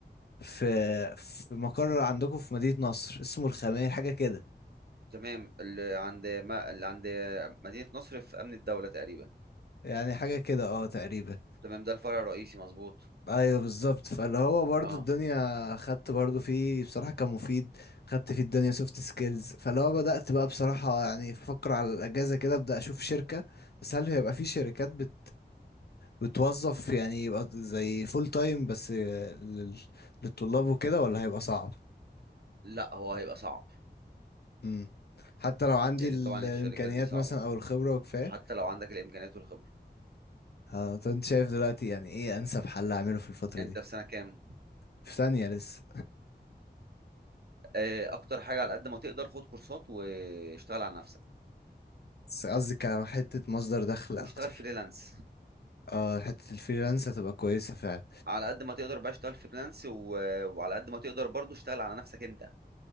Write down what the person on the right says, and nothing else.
تمام، اللي عند ما اللي عند مدينة نصر في أمن الدولة تقريبًا،
تمام، ده الفرع الرئيسي مضبوط،
آه.
لأ، هو هيبقى صعب،
لإن
طبعًا
الشركات دي صعبة،
حتى لو عندك الإمكانيات والخبرة.
أنت
في سَنة كام؟
آآ أكتر حاجة على قد ما تقدر خُد كورسات واشتغل على نَفْسك،
واشتغل
freelance.
على قد ما تقدر بقى اشتغل فريلانس و... وعلى قد ما تقدر برضو اشتغل على نفسك انت